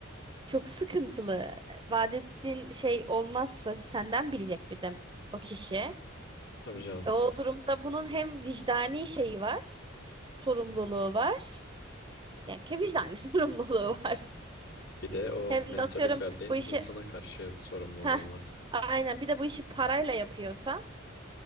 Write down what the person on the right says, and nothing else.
Çok sıkıntılı. Vaat ettiğin şey olmazsa senden bilecek bir de o kişi.
Ve o durumda bunun hem vicdani şeyi var, sorumluluğu var. Yani ki vicdani <laughs> sorumluluğu var.
Hem
de atıyorum
bu işi
heh,
aynen bir de bu işi parayla yapıyorsan